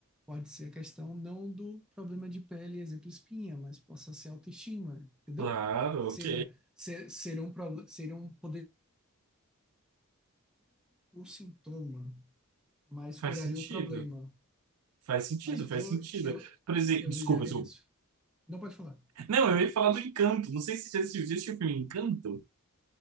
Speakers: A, in the centre; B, on the right (about 85°).
A: pode ser a questão não do problema de pele, exemplo, espinha, mas possa ser autoestima, entendeu?
B: claro,
A: Seria,
B: ok.
A: ser, seria um, proble- seria um poder, um sintoma, mas
B: Faz
A: curaria
B: sentido.
A: o problema.
B: Faz sentido,
A: caso, eu,
B: faz sentido.
A: eu,
B: Por exemplo,
A: eu
B: desculpa,
A: viajaria
B: desculpa.
A: nisso. Não pode falar.
B: Não, eu ia falar do Encanto. Não sei se você assistiu, você assistiu o filme Encanto.